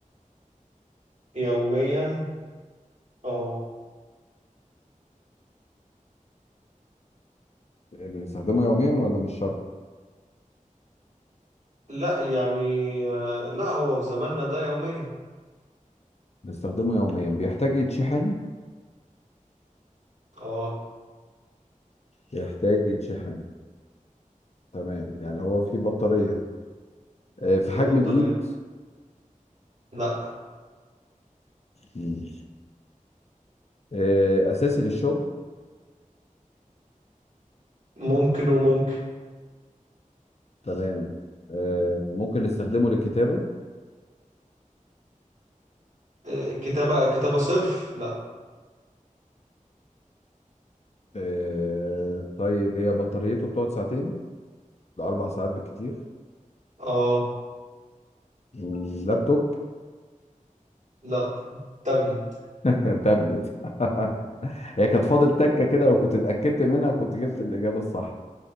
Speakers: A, on the right (about 55°); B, on the left (about 50°).
A: يوميا اه
B: آه، بنستخدمه يوميا ولا مش شرط
A: لا يعني آه، لا هو في زماننا ده يوميا
B: بنستخدمه يوميا بيحتاج يتشحن
A: اه
B: يحتاج يتشحن تمام يعني هو في بطارية آه، في
A: في
B: حجم
A: بطاريه
B: الإيد
A: لا
B: مم. آه، أساسي للشغل
A: ممكن وممكن
B: تمام آه، ممكن نستخدمه للكتابة
A: آه، كتابه كتابه صرف لا
B: آه، طيب هي بطاريته بتقعد ساعتين لأربع ساعات بالكتير
A: اه
B: مم، لابتوب
A: لا تابلت
B: <laughs> تابلت <laughs> هي كانت فاضل تكه كده لو كنت اتاكدت منها كنت جبت الاجابه الصح